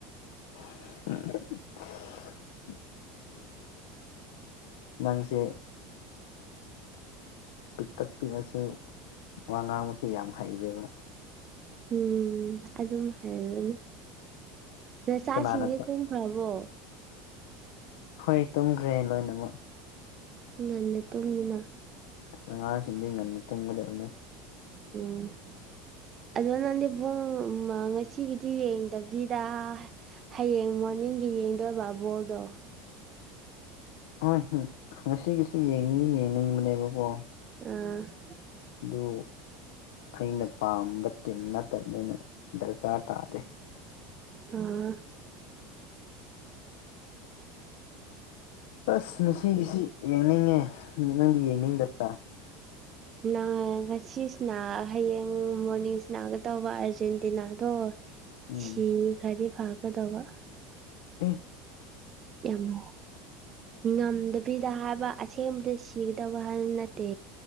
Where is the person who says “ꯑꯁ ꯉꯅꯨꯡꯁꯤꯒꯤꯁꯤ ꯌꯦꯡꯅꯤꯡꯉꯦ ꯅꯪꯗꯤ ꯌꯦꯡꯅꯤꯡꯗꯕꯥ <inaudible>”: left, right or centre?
Left